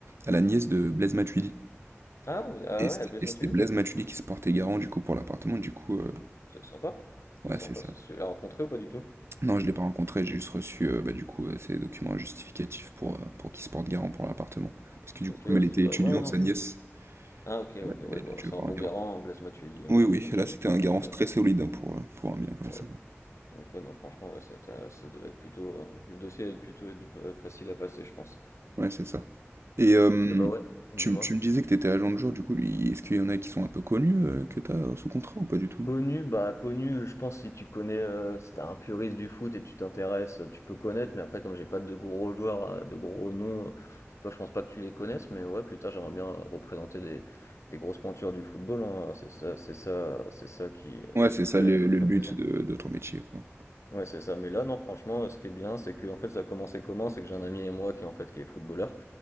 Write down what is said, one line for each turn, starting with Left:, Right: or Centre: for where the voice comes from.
Right: à la nièce de
Left: Mhm.
Right: Blaise Matuidi.
Left: Ah, vous- ah
Right: Et c'était
Left: ouais, BS
Right: et
Left: Matuidi?
Right: c'était Blaise Matuidi qui se portait garant du coup pour l'appartement, du coup, euh,
Left: C'est sympa. C'est
Right: ouais
Left: sympa,
Right: c'est ça.
Left: ça. tu l'as rencontré ou pas du tout?
Right: Non, je l'ai pas rencontré, j'ai juste reçu euh, bah, du coup euh, ses documents justificatifs pour, euh, pour qu'il se porte garant pour l'appartement. Parce que du
Left: Ok,
Right: coup, comme
Left: ouais,
Right: elle
Left: c'est
Right: était
Left: pas.
Right: étudiante,
Left: Ouais, ouais, non,
Right: sa
Left: je
Right: nièce,
Left: Ah OK, OK,
Right: elle a
Left: ouais,
Right: elle
Left: bah,
Right: a dû
Left: c'est
Right: avoir
Left: un bon
Right: un garant.
Left: garant, hein, Blaise Matuidi, hein,
Right: Oui,
Left: de
Right: oui,
Left: toute façon,
Right: là c'était
Left: donc
Right: un garant
Left: heu,
Right: très solide hein, pour, euh, pour un bien comme
Left: ouais,
Right: ça.
Left: donc ouais, non, franchement, ouais, ça t'a ça devait être plutôt, heu, le dossier a plutôt dû p facile à passer, je pense.
Right: Ouais, c'est ça. Et hem,
Left: OK, bah, ouais, dis-moi?
Right: tu tu me disais que tu étais agent de joueur du coup, lui est-ce qu'il y en a qui sont un peu connus, heu, que tu as, sous contrat ou pas du tout?
Left: Connu, bah, connu, je pense si tu connais, heu, si t'es un puriste du foot et tu t'intéresses, euh, tu peux connaître, mais après comme j'ai pas de gros joueurs, heu, de gros noms, heu, toi, je pense pas que tu les connaisses, mais ouais, plus tard, j'aimerais bien euh, représenter des des grosses pointures du football, hein, c'est ça c'est ça c'est ça qui, heu,
Right: Ouais,
Left: qui
Right: c'est
Left: me
Right: ça
Left: ferait
Right: le
Left: qui
Right: le
Left: me ferait
Right: but
Left: plaisir.
Right: de de ton métier, quoi.
Left: Ouais, c'est ça. Mais là, non, franchement, euh, ce qui est bien, c'est que en fait, ça a commencé comment? C'est que j'ai un ami et moi qui en fait qui est footballeur